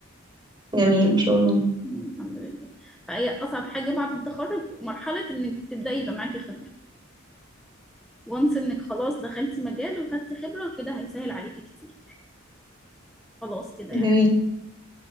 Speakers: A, on the right; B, in the centre.
A: جميل ما شاء الله
B: الحمد لله فهي أصعب حاجة بعد التخرج مرحلة إنك تبدأي يبقى معاكي خبرة وانس إنك خلاص دخلتي مجال وخدتي خبرة كده هيسهل عليكي كتير خلاص كده يعني
A: جميل